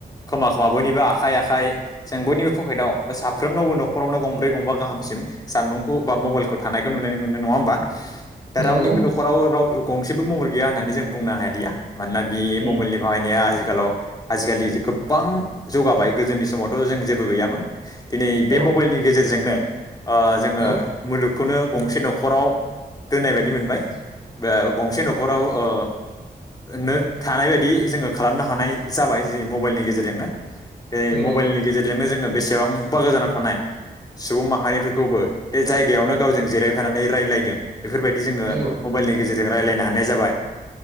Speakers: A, on the left (about 25°); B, on the right (about 70°).
A: खोमा खोमा बयनिबो आखाइ आखाइ जों बयनिबो पकेटआव बा साफ्रोमनावबो न'खरावनो गंब्रै गंबा गाहामसिम सानबुंखौ बा मबाइलखौ थानायखौ नुनो मोनो नङा होमबा? दा
B: नंगौ।
A: रावनिबो न'खराव राव गंसेबो मबाइल गैया होननानै जों बुंनो हालिया मानोना बि
B: उम
A: मबाइलनि बाहायनाया आजि खालाव आजिखालि गोबां जौगाबाय गोदोनि समावथ' जों जेबो गैयामोन। दिनै बे
B: औ
A: मबाइलनि गेजेरजोंनो ओ जोङो
B: औ
A: मुलुगखौनो गंसे न'खराव दोननाय बायदि मोनबाय। बे गंसे न'खराव ओ नो थानाय बायदि जोङो खालामनो हानाय जाबाय जेरै मबाइलनि गेजेरजोंनो। बेै
B: नंगौ
A: मबाइलनि गेजेरजोंनो जोङो बेसेबांबा गोजानाव थानाय। सुबुं माहारिफोरखौबो बे जायगायावनो गावजों जिरायफानानै रायज्लायदों बेफोरबायदि जोङो
B: औ
A: मबाइलनि गेजेरजों रायलायनो हानाय जाबाय